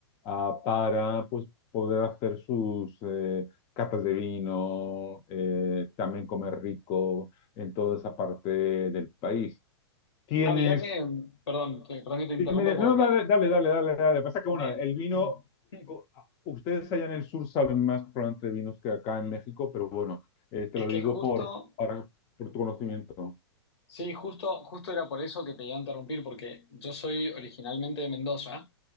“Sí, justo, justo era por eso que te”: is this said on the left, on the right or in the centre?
Left